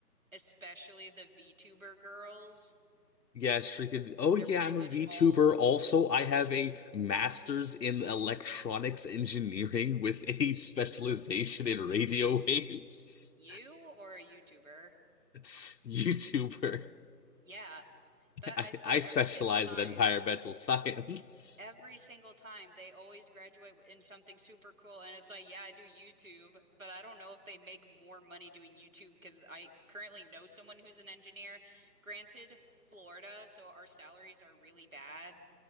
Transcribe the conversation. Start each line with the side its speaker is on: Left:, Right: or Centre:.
Right: especially the VTuber girls.
Left: Yeah, shrieking. Oh yeah,
Right: They're pretty
Left: I'm
Right: much
Left: a VTuber.
Right: all
Left: Also, I have a master's in electronics engineering with a <laughs> specialization in radio waves.
Right: you or a YouTuber.
Left: <laughs> YouTuber.
Right: Yeah, that
Left: I,
Right: I swear
Left: I
Right: every
Left: specialize
Right: single time.
Left: in environmental science.
Right: every
Left: <laughs>
Right: single time they always graduate in something super cool and it's like yeah I do YouTube but I don't know if they make more money doing YouTube because I currently know someone who's an engineer granted Florida so our salaries are really bad